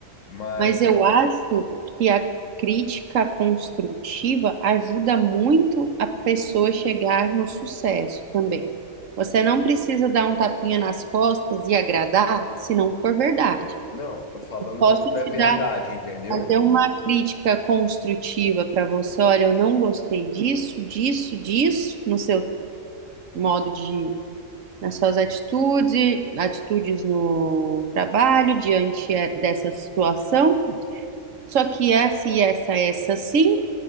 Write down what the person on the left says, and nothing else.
Mas,
não, eu tô falando
quando é
verdade,
entendeu?